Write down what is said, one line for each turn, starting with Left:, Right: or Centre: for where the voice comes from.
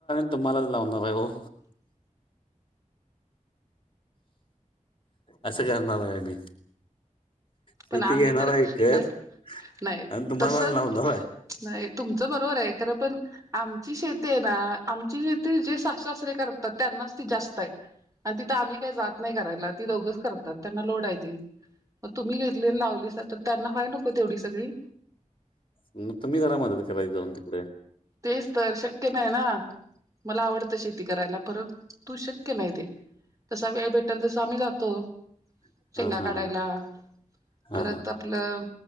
Left: तूम्हालाच लावणार हो. असं करणार आहे मी. शेती
Right: पण आम्ही
Left: घेणार
Right: तर
Left: कत
Right: नाही नाही
Left: आणि तुम्हालाच
Right: तसच
Left: लावणार आहे.
Right: नाही तुमचं बरोबर आहे खरं पण. आमची शेती आहे ना आमची शेती जे सासासरे करतात त्यांनाच ती जास्त आहे. आणि तिथं आम्ही काही जात नाही करायला ती दोघंच करतात त्यांना लोड आहे ती मग तुम्ही घ. ले लावली स तर त्यांना व्हाय नको तेवढी सगळी.
Left: मग तुम्ही जरा मदत करायची जाऊन तिकडे.
Right: तेच तर शक्य नाही ना. मला आवडतं शेती करायला परत तू शक्य नाही ते. तस हे भेटेल तसं आम्ही जातो
Left: हा
Right: शेंगा
Left: हा
Right: काढायला.
Left: हा हा
Right: परत आपलं.